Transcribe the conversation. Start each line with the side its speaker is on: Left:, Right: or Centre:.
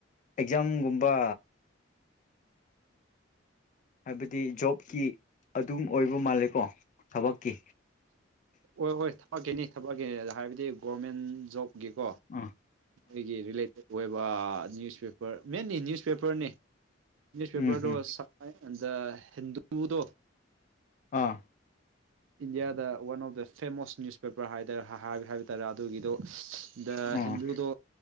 Left: ꯑꯦꯛꯖꯥꯝꯒꯨꯝꯕ ꯍꯥꯏꯕꯗꯤ ꯖꯣꯕꯀꯤ ꯑꯗꯨꯝ ꯑꯣꯏꯕ ꯃꯥꯜꯂꯦꯀꯣ ꯊꯕꯛꯀꯤ
Right: ꯍꯣꯏ ꯍꯣꯏ ꯊꯕꯛꯀꯤꯅꯤ ꯊꯕꯛꯀꯅꯤ ꯑꯗꯣ ꯍꯥꯏꯕꯗꯤ ꯒꯣꯔꯃꯦꯟ ꯖꯣꯕꯀꯤꯀꯣ
Left: ꯎꯝ
Right: ꯑꯩꯈꯣꯏꯒꯤ ꯔꯤꯂꯦꯇꯦꯠ ꯑꯣꯏꯕ ꯅ꯭ꯌꯨꯁꯄꯦꯄꯔ ꯃꯦꯟꯂꯤ ꯅ꯭ꯌꯨꯁ ꯅ꯭ꯌꯨꯁꯄꯦꯄꯔꯅꯤ ꯅ꯭ꯌꯨꯁꯄꯦꯄꯔꯗꯣ
Left: ꯎꯝ ꯎꯝ
Right: ꯁꯥꯉꯥꯢ ꯑꯦꯟ ꯍꯤꯟꯗꯨꯗꯣ
Left: ꯑꯥ
Right: ꯏꯟꯗꯤꯌꯥꯗ one of the famous newspaper ꯍꯥꯏꯗꯨ ꯍꯥꯏ ꯍꯥꯏꯕ ꯇꯥꯔꯦ ꯑꯗꯨꯒꯤꯗꯣ ꯗ
Left: ꯑꯥ
Right: ꯑꯗꯨꯗꯣ